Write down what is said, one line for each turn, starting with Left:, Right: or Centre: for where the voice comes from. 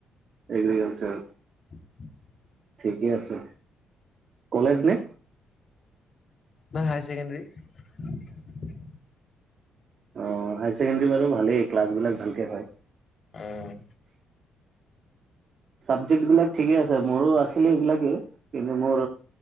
Right: agriculture.
Left: <inaudible>
Right: ঠিকে আছে, কলেজ নে?
Left: বা হাইাৰ ছেকেণ্ডেৰী।
Right: আহ', হায়াৰ ছেকেণ্ডৰী বাৰু ভালেই, ক্লাছবলাক ভালকে হয়।
Left: উম'।
Right: চাবজেক্ট বিলাক ঠিকে আছে, মোৰো আছিলে এইবিলাকে। কিন্তু মোৰ